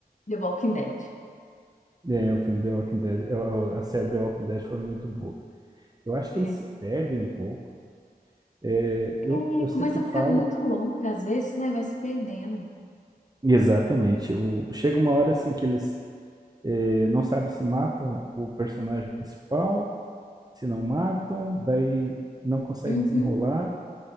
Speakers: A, on the left; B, on the right.
A: The Walking Dead.
B: É, o filme The Walking Dead. é, é, A série The Walking Dead foi muito boa. Eu acho que
A: É.
B: eles se perdem um pouco. É, eu,
A: É,
B: eu sempre
A: começa
B: falo
A: ficando muito longa às vezes, né? Vai se perdendo.
B: Exatamente. O, chega uma hora assim que eles eh, não sabem se matam o personagem principal, se não matam, daí não consegue
A: Uhum,
B: desenrolar.